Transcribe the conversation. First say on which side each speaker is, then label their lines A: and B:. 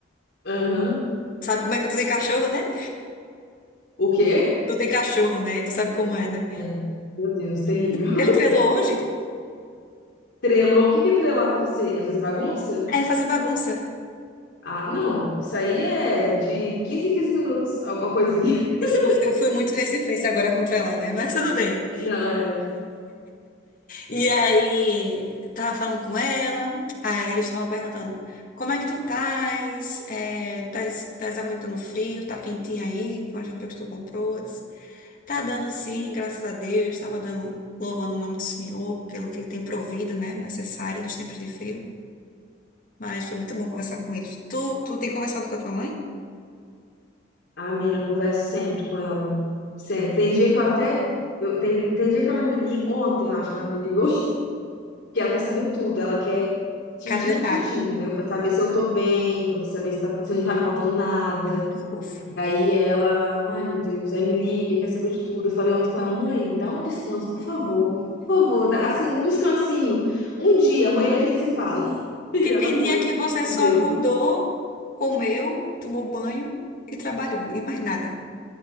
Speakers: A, on the left; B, on the left.
A: Aham.
B: Sabe como é que tu tem cachorro, né?
A: O quê?
B: Tu tem cachorro, né? Tu sabe como é, né?
A: É. Meu Deus, terrível. <laughs>
B: Ele trelou hoje?
A: Trelou? o que que é trelar com você? É fazer bagunça?
B: É fazer bagunça.
A: Ah, não, isso aí é de quinze, em 15 minutos, alguma coisinha.
B: Eu
A: <laughs>
B: fui, eu fui muito recifense agora contra ela, né? Mas tudo bem.
A: Não, é.
B: E aí, tava falando com ela, aí eles estavam perguntando, como é que tu tás? É, tás, tás aguentando o frio? Tá quentinha aí com as roupas que tu comprou? Eu disse, Tá dando sim, graças a Deus. Tava dando, louvando o nome do Senhor pelo que ele tem provido, né? O necessário dos tempos de frio. Mas foi muito bom conversar com eles. Tu, tu tem conversado com a tua mãe?
A: A menina, eu converso sempre com ela. Sempre. Tem dia que eu até. Eu, tem, tem dia que ela me liga. Ontem, eu acho que ela me ligou. <laughs> Que ela quer saber tudo. Ela quer tintim
B: Cada detalhe.
A: por tintim, entendeu? Pra saber se eu tô bem, pra saber se, tá, se não tá me faltando nada.
B: é Muito fofo.
A: E aí ela, ai meu Deus, aí me liga, quer saber de tudo. Eu falei ontem com ela, mãe, dá um descanso, por favor. Por favor, dá assim, um descansinho. Um dia, amanhã a gente se fala. <laughs>
B: Porque
A: E ela
B: tem dia
A: foi
B: que você
A: e
B: só
A: deu.
B: acordou, comeu, tomou banho e trabalhou, e mais nada.